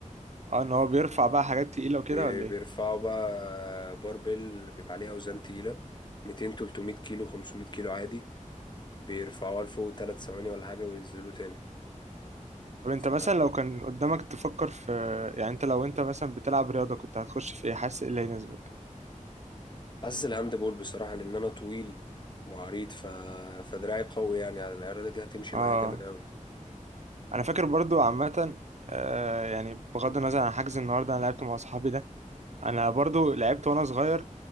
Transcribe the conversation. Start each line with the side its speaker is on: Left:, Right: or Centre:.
Right: اه ان هو بيرفع بقى حاجات تقيلة وكده
Left: بي-
Right: ولا
Left: بيرفعوا
Right: ايه
Left: بقى باربل بيبقى عليها أوزان تقيلة 200 300 كيلو 500 كيلو عادي بيرفعوها لفوق تلات ثواني ولا حاجة وينزلوا تاني
Right: طب انت
Left: ف
Right: مثلا لو كان قدامك تفكر في يعني انت لو انت مثلا بتلعب رياضة كنت هتخش في ايه حاسس ايه اللي هيناسبك
Left: حاسس الهاند بول بصراحة لأن أنا طويل وعريض ف... فدراعي قوي يعني على العرضة دي هتمشي
Right: اه
Left: معايا جامد أوي
Right: انا فاكر برضو عامة آه يعني بغض النظر عن حجز النهاردة انا لعبت مع اصحابي ده انا برضو لعبت وانا صغير